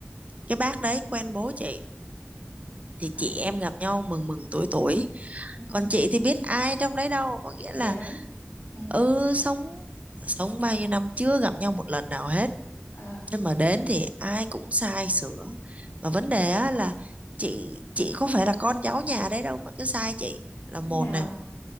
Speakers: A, on the right; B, on the left.
A: cái bác đấy quen bố chị thì
B: À,
A: chị em gặp nhau mừng mừng tuổi tuổi
B: ừ
A: còn chị thì biết ai trong đấy đâu có nghĩa là
B: thế á? ừ
A: ừ sống sống bao nhiêu năm chưa gặp nhau một lần nào hết
B: À,
A: nên mà đến thì ai cũng sai sửa mà vấn đề á là chị chị có phải là con cháu nhà đấy đâu mà cứ sai chị là một
B: như nào?
A: này